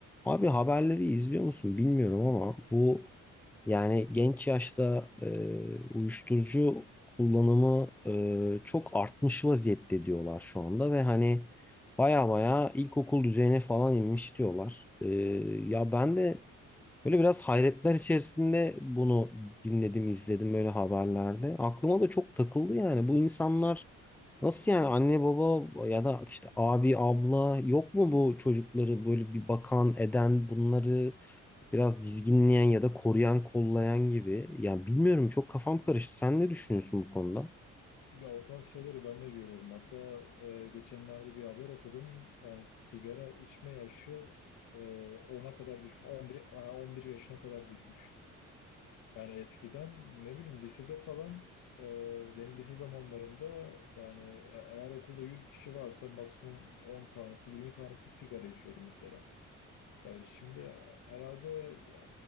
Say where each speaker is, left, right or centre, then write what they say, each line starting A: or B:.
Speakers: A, in the centre; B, on the left.
A: Abi haberleri izliyor musun bilmiyorum ama bu yani genç yaşta e, uyuşturucu kullanımı e, çok artmış vaziyette diyorlar şu anda ve hani baya baya ilkokul düzeyine falan inmiş diyorlar. E, ya ben de Böyle biraz hayretler içerisinde bunu dinledim, izledim böyle haberlerde. Aklıma da çok takıldı yani. Bu insanlar nasıl yani anne baba ya da işte abi abla yok mu bu çocukları böyle bir bakan eden bunları biraz dizginleyen ya da koruyan kollayan gibi. Ya bilmiyorum çok kafam karıştı. Sen ne düşünüyorsun bu konuda?
B: Ya o tarz şeyleri ben de görüyorum. Hatta e, geçenlerde bir haber okudum. Yani sigara içme yaşı e, 10'a kadar düş 11 11 yaşına kadar düşmüş. Yani eskiden ne bileyim lisede falan e, benim lise zamanlarında yani e- eğer okulda 100 kişi varsa maksimum 10 tanesi 20 tanesi sigara içiyordu mesela. Yani şimdi herhalde ya